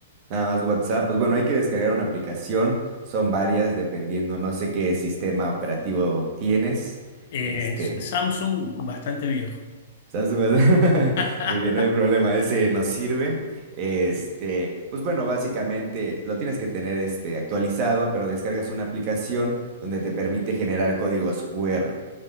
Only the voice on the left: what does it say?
Eh,
Samsung, bastante viejo.
<laughs>